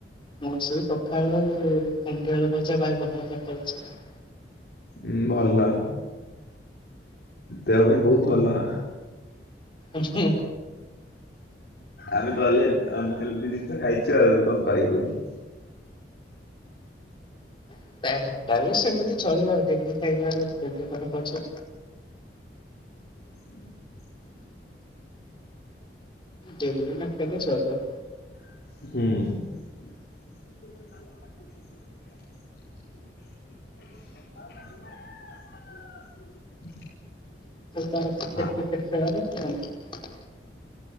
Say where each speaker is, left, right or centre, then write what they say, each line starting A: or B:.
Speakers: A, on the left; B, on the left.
A: ମୋର ସେଇ ପଖାଳ ଆଉ <unintelligible> ଆଳୁ ଭଜା, ବାଇଗଣ ଭର୍ତ୍ତା ଖାଉଛି ଆଉ।
B: ଉମ ଭଲ, ଦେହ ପାଇଁ ବହୁତ ଭଲ।
A: ଉ ହୁଁ।
B: ଆମେ ତ ହେଲେ ଆ ଏମିତି ଜିନିଷ ଖାଇଛୁ ଆଉ କଣ କରିବୁ?
A: <unintelligible> ସେମିତି ଚଳିବ ଡେଲି ଖାଇବା ଡେଲି କର ଖର୍ଚ୍ଚ
B: ହୁଁ।
A: ଡେଲି ନଖାଇଲେ ଚଳିବ।
B: ହୁଁ।
A: ତାର କ୍ରିକେଟ
B: ଆ
A: କ୍ରିକେଟ ଖେଳ ନା <unintelligible>